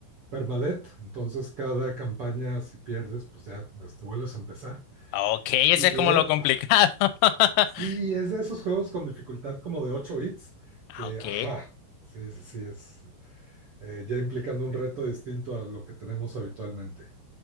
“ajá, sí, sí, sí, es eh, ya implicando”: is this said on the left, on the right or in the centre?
Right